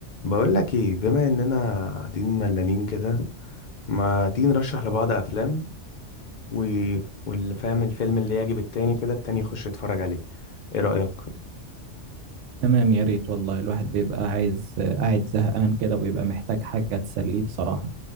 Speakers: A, on the left; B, on the right.
A: بقول لك ايه بما اننا قاعدين ملانين كده ما تيجي نرشح لبعض افلام و... واللي فاهم الفيلم اللي يعجب التاني كده التاني يخش يتفرج عليه ايه رأيك
B: تمام يا ريت والله الواحد بيبقى عايز آه، قاعد زهقان كده وبيبقى محتاج حاجة تسليه بصراحة